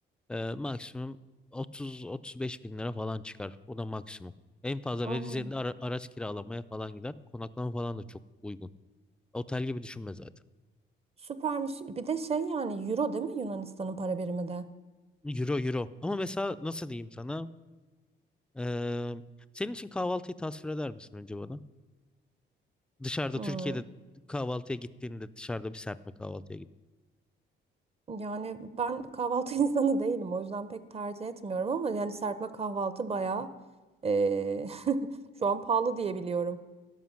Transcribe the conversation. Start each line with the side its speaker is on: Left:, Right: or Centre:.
Centre: E, maksimum 30-35 bin lira falan çıkar. O da maksimum. En fazla
Right: o,
Centre: vereceğin de ara- araç kiralamaya falan gider. Konaklama falan da çok uygun. Otel gibi düşünme zaten.
Right: süpermiş. Bir de şey yani euro değil mi Yunanistan'ın para birimi de?
Centre: Euro euro. Ama mesela nasıl diyeyim sana? E, senin için kahvaltıyı tasvir eder misin önce bana? Dışarıda
Right: Hmm,
Centre: Türkiye'de kahvaltıya gittiğinde dışarıda bir serpme kahvaltıya git.
Right: yani ben kahvaltı <laughs> insanı değilim. O yüzden pek tercih etmiyorum ama yani serpme kahvaltı bayağı eee, <laughs> şu an pahalı diye biliyorum.